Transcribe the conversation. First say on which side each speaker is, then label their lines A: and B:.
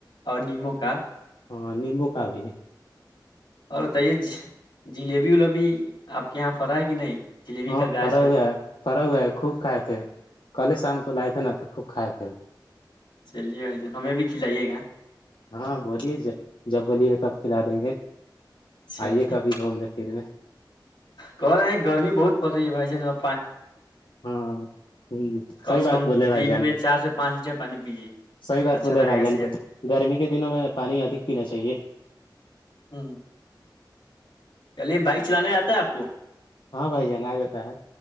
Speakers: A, on the left; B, on the left.
A: اور نیمبو کا
B: ہاں نمبو کا بھی
A: اور بتائیے جلیبی ولیبی آپ کے یہاں فڑا ہے کہ نہیں جلیبی
B: ہاں
A: کا گاچھ
B: فرا ہویا ہے فرا ہوا ہے خوب کھائے تھے کل شام کو لئے تھے ن تو خوب کائے تھ ہیں
A: چلیے بھائی جان ہمیں بھی کھلائیے گا
B: ہاں بولیے جب بولیے گ تب کھلا دیں گے
A: چلیے
B: آئیے کبھی گھومنے پھرنے
A: کر رہے ہیں گرمی بہت پڑ رہی ہے بھائی جان اب
B: ہاں ہ
A: کم
B: سحی
A: سے
B: بات
A: کم
B: بولے بھائی
A: دن
B: جان
A: میں چار سے پانچ لیٹر پانی پیجیے
B: سحی بات
A: اچھا
B: بولے
A: رہے
B: بھائی
A: گا
B: جان
A: صحت
B: کو گرمی کے دنوں میں پانی ادھ پینا چاہیے
A: ہ چلیے بائک چلانے آتا ہے آپ کو
B: ہاں بھائی جان آ جاتا ہے